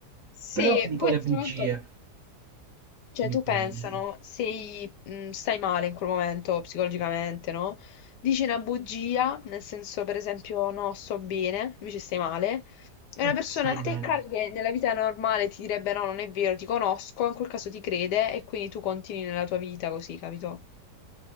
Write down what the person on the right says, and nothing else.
Però ti dico
le
bugie,
ti dico
le bugie.
E
stai
bene.